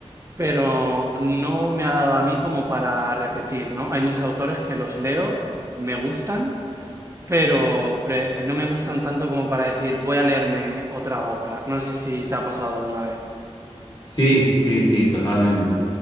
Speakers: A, on the right; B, on the left.
A: pero no me ha dado a mí como para repetir, ¿no? Hay muchos autores que los leo, me gustan, pero pre- eh, no me gustan tanto como para decir voy a leerme otra obra. No sé si te ha pasado alguna vez.
B: Sí, sí, sí, totalmente.